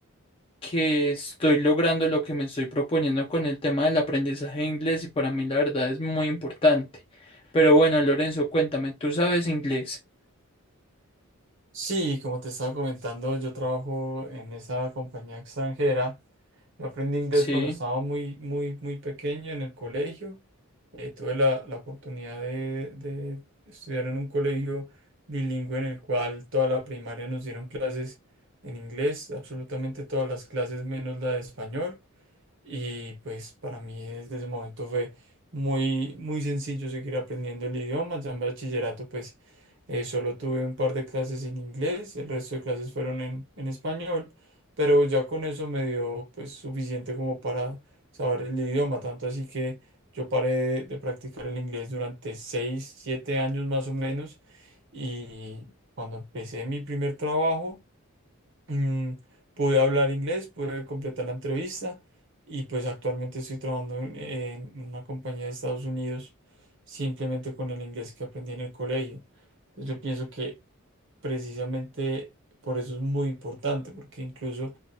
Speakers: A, on the left; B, on the right.
A: que estoy logrando lo que me estoy proponiendo con el tema del aprendizaje de inglés y para mí la verdad es muy importante. Pero bueno, Lorenzo, cuéntame, ¿tú sabes inglés?
B: Sí, como te estaba comentando, yo trabajo en esa compañía extranjera. Yo aprendí inglés
A: Sí,
B: cuando estaba muy, muy, muy pequeño en el colegio. Eh, tuve la, la oportunidad de, de estudiar en un colegio bilingüe en el cual toda la primaria nos dieron clases en inglés, absolutamente todas las clases menos la de español. Y pues para mí desde ese momento fue muy, muy sencillo seguir aprendiendo el idioma. Ya en bachillerato pues eh, solo tuve un par de clases en inglés, el resto de clases fueron en, en español, pero ya con eso me dio pues suficiente como para saber el idioma, tanto así que yo paré de, de practicar el inglés durante seis, siete años más o menos y cuando empecé mi primer trabajo Mm, pude hablar inglés, pude completar la entrevista y pues actualmente estoy trabajando en, en una compañía de Estados Unidos simplemente con el inglés que aprendí en el colegio. Entonces yo pienso que precisamente por eso es muy importante, porque incluso